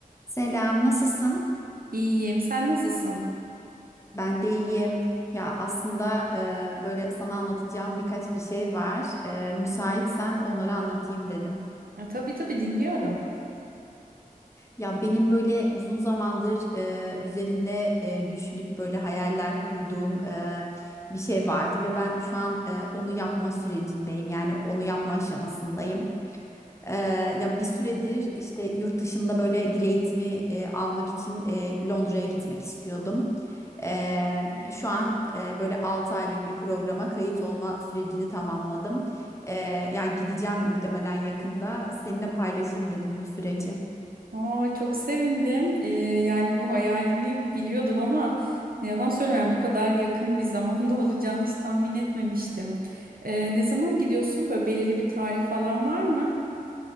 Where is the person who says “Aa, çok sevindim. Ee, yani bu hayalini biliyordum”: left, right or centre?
Right